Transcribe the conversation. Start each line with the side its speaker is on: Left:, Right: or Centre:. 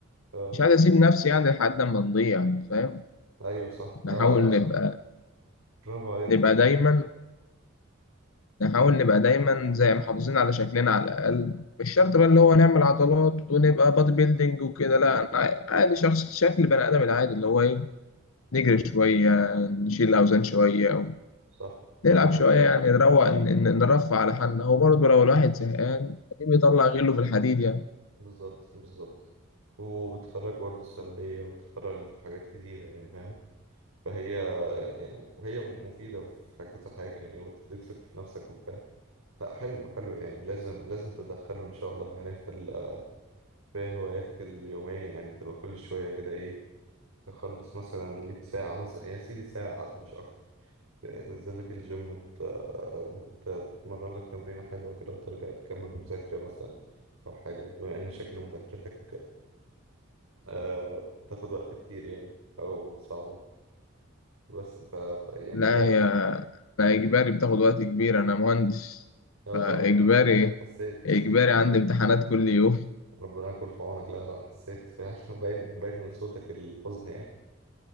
Right: اه
Left: مش عايز اسيب نفسي يعني لحد ما نضيع يعني فاهم اه
Right: ايوه صح لا
Left: نحاول
Right: لا لا
Left: لا نبقى
Right: برافو عليك
Left: نبقى
Right: جدا
Left: دايما نحاول نبقى دايما زي محافظين على شكلنا على الاقل مش شرط بقى اللي هو نعمل عضلات ونبقى بادي بيلدينج وكده لا انا عادي شخص شكل بني ادم العادي اللي هو ايه نجري شويه نشيل اوزان شويه
Right: صح برافو
Left: نلعب
Right: عليك
Left: شويه
Right: والله
Left: يعني نروق ن- ن- نرفع على حالنا هو برضه لو الواحد زهقان أكيد بيطلع غله في الحديد يعني
Right: بالظبط بالظبط وبتخرج برضه سلبية وبتخرج حاجات كتيرة يعني فاهم فهي يعني وهي مفيدة في حاجة- كذا حاجة يعني وتديك ثقة في نفسك وفاهم لا حلو حلو يعني لازم لازم تدخله إن شاء الله يعني في ال- في هواياتك اليومية يعني تبقى كل شوية كده إيه تخلص مثلا ليك ساعة مثلا يا سيدي ساعة حتى مش أكتر تنزل لك الجيم ت- ت- تتمرن لك تمرينة حلوة كده وترجع تكمل مذاكرة مثلا أو حاجة بما إن شكل مذاكرتك آه بتاخد وقت كتير يعني أو صعبة بس ف... ف يعني
Left: لا
Right: لازم
Left: هي
Right: مم.
Left: أنا إجباري بتاخد وقت كبير أنا مهندس
Right: اه
Left: فإجباري
Right: طبعا حسيت
Left: إجباري عندي امتحانات كل يوم
Right: ربنا يكون في عونك لا لا حسيت فعلا <laughs> باين باين من صوتك الحزن يعني